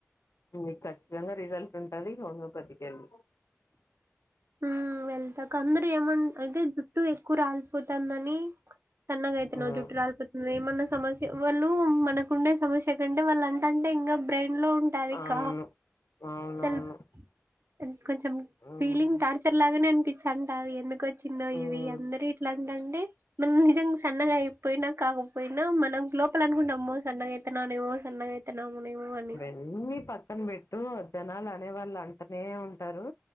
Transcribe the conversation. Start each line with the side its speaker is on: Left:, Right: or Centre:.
Left: మీకు ఖచ్చితంగా రిజల్ట్ ఉంటది హోమియోపతికి వెళ్
Right: ఉ వెళ్త కంగరు ఏమ అయితే జుట్టు ఎక్కువ రాలిపోతుందని సన్నగయితున్నావ్
Left: ఉమ్
Right: జుటు రాల్పత్ ఏమన్నా సమస్య వాళ్ళు మనకుండే సమస్య కంటే వాళ్ళు అంట అంటే ఇంకా బ్రెయిన్ లో టవిక
Left: అవును అవునవును
Right: సెమ్ ఇంకొంచెం
Left: ఉమ్
Right: ఫీలింగ్ నుచర్ లాగానే అనిపిస్థాంటది ఎందుకు వచ్చిందో
Left: ఉమ్
Right: ఇవి అందరు ఇట్లాంట అండి మనం నిజంగా సన్నగా అయిపోయినా కాకపోయినా మనం లోపల అనుకుంటాము అమ్మో సన్నగా అయి ఎతేన్నా నేవో సన్నగా అయితన్నవునేవు అని
Left: అన్నీ పక్కన పెట్టు జనాలు అనే వాళ్ళు అంటనే ఉంటారు